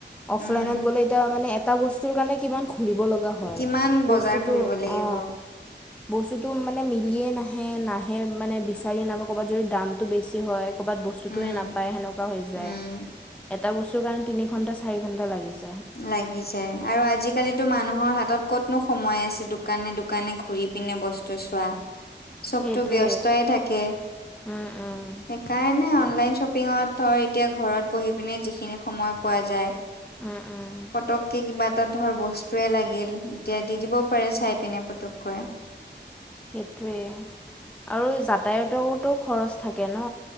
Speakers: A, in the centre; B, on the left (about 55°).
A: অফলাইনত
B: উম
A: গ'লে ত মানে এটা বস্তুৰ কাৰণে কিমান ঘূৰিব লগা হয়।
B: কিমান বজাৰ
A: বস্তুটো
B: ঘুৰিব লাগিব।
A: অ বস্তুটো মানে মিলিয়েই নাহে নাহে মানে বিচাৰি নাপায় ক'ৰবাত যদি দামটো বেছি হয়। ক'ৰবাত বস্তুটোৱে
B: উম
A: নাপায় সেনেকোৱা হৈ যায়।
B: উম
A: এটা বস্তুৰ কাৰণে তিনি ঘণ্টা চাৰি ঘণ্টা লাগিছ-
B: লাগি যায় আৰু আজিকালিতো মানুহৰ হাতত ক'তনো সময় আছে দোকানে দোকানে ঘূৰি পিনে বস্তু চোৱা। চবতো
A: সেইটোৱে
B: ব্যস্তই থাকে।
A: উম উম
B: সেইকাৰণে অনলাইন শ্বপিঙত ধৰ এতিয়া ঘৰত বহি পিনে যিখিনি সময় পোৱা যায়।
A: উম উম
B: পতককে কিবা এটা ধৰ বস্তুৱে লাগিল এতিয়া দি দিবও পাৰে চাই পিনে পতককৈ।
A: সেইটোৱে আৰু যাতায়তৰোতো খৰচ থাকে ন